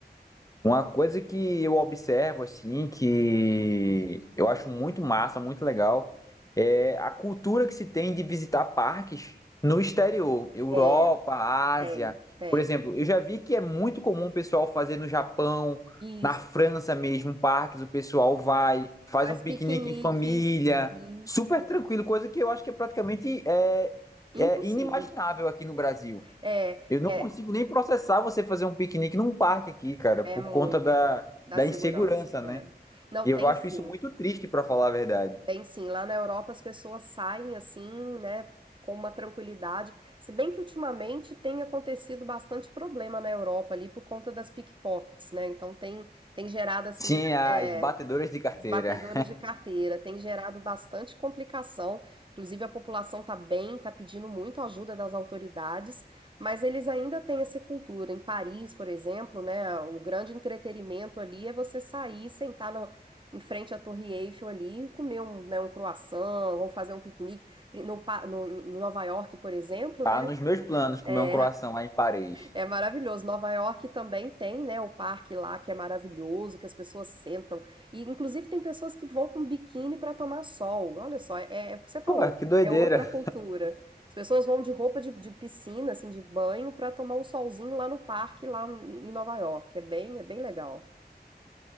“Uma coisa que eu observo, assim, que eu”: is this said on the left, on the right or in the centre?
Left